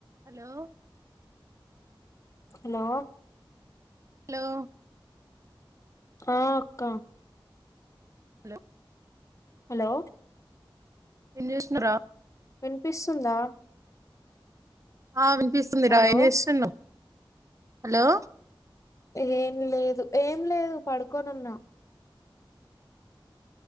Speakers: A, on the right; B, on the left.
A: హలో
B: హలో
A: హలో
B: ఆ అక్క
A: హలో
B: హలో
A: ఏం చేస్తురా
B: వినిపిస్తుందా
A: ఆ వినిపిస్తుంది
B: హలో
A: రా ఏం చేస్తున్నావ్ హలో
B: ఏం లేదు ఏం లేదు పడుకోనున్నా